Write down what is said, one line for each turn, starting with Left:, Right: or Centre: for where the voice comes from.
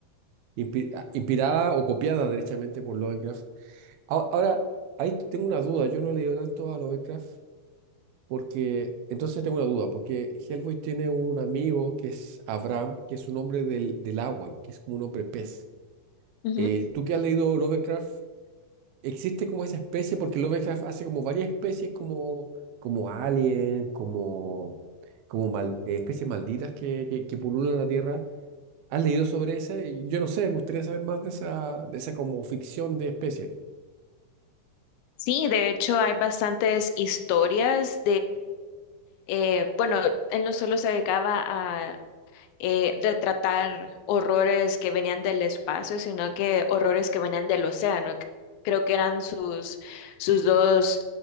Right: Inspi- ah, inspirada o copiada derechamente por Lovecraft. Ahora, ahora, ahí tengo una duda, yo no he leído tanto a Lovecraft porque, entonces tengo una duda, porque Hellboy tiene un amigo que es Abraham, que es un hombre del, del agua, que es como un hombre pez.
Left: Ujú.
Right: Eh, ¿tú que has leído Lovecraft? ¿Existe como esa especie? Porque Lovecraft hace como varias especies como, como alien, como, como mal- eh, especies malditas que, que, que pululan la Tierra. ¿Has leído sobre esa? Y Yo no sé, me gustaría saber más de esa, de esa como ficción de especies.
Left: Sí, de hecho hay bastantes historias eh, bueno, él no solo se dedicaba a eh, retratar horrores que venían del espacio, sino que horrores que venían del océano. Creo que eran sus, sus dos